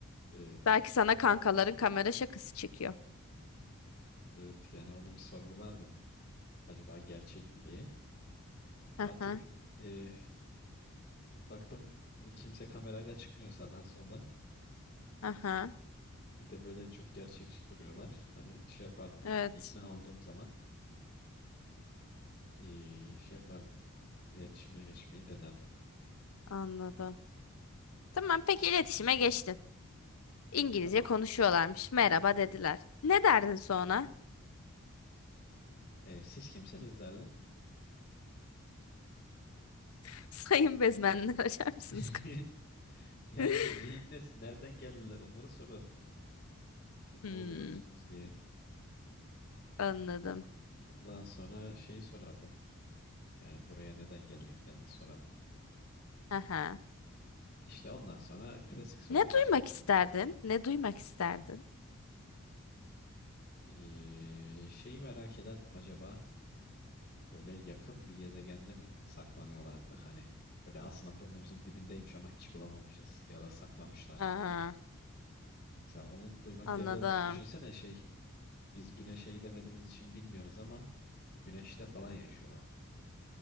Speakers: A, on the left; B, on the left.
A: E,
B: Belki sana kankaların kamera şakası çekiyor.
A: evet yani onu bir sorgulardım. acaba gerçek mi diye.
B: Aha,
A: Artık e, baktım e, kimse kamerayla çıkmıyor sağdan soldan.
B: aha.
A: Bir de böyle çok gerçekçi duruyorlar. Hani şey yapardım.
B: Evet,
A: İkna olduğum zaman e, şey yapardım. İletişime geçmeyi denerdim.
B: anladım. Tamam, peki iletişime geçtin. İngilizce
A: Tamam.
B: konuşuyorlarmış. Merhaba dediler. Ne derdin sonra?
A: E, siz kimsiniz derdim.
B: <laughs> Sayın bezmenler açar mısınız
A: <laughs>
B: kapıyı?
A: Yani
B: <laughs>
A: neyin nesi, nereden geldiler onları sorardım. Siz
B: Hmm,
A: ne oluyorsunuz diye.
B: anladım.
A: Ondan sonra şeyi sorardım. Yani buraya neden geldiklerini sorardım.
B: Aha.
A: İşte ondan sonra klasik sorular
B: Ne
A: işte.
B: duymak isterdin? Ne duymak isterdin?
A: Hmm. Ee, şeyi merak ederdim acaba böyle yakın bir gezegende mi saklanıyorlardı hani böyle aslında burnumuzun dibindeymiş ama hiç bulamamışız ya da saklamışlar.
B: Aa,
A: Mesela onu duymak
B: anladım.
A: ya da düşünsene şey biz güneşe gidemediğimiz için bilmiyoruz ama güneşte falan yaşıyorlar.